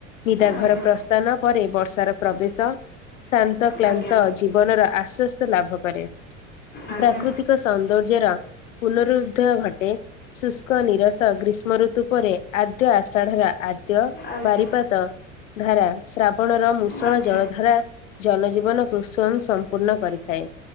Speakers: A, on the left (about 75°); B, on the left (about 25°).
A: ନିଦାଘର
B: ଆଜ୍ଞା
A: ପ୍ରସ୍ଥାନ ପରେ ବର୍ଷାର ପ୍ରବେଶ ଶାନ୍ତ କ୍ଲାନ୍ତ
B: ଆଜ୍ଞା
A: ଜୀବନର ଆଶ୍ଵସ୍ତ ଲାଭକରେ।
B: ଆଜ୍ଞା
A: ପ୍ରାକୃତି କ ସୌନ୍ଦର୍ଯ୍ୟର ପୁନରୁଦ୍ଧୟ ଘଟେ। ଶୁଷ୍କ ନିରସ ଗ୍ରୀଷ୍ମଋତୁ ପରେ ଆଦ୍ୟ ଆଷାଢର ଆ ଦ୍ୟ
B: ଆଜ୍ଞା
A: ବାରିପାତ ଧାରା ଶ୍ରାବଣର ମୁଷଳ
B: ଆଜ୍ଞା
A: ଜଳଧାରା ଜନଜୀବନକୁ ସ୍ଵୟଂ ସମ୍ପୂର୍ଣ୍ଣ କରିଥାଏ।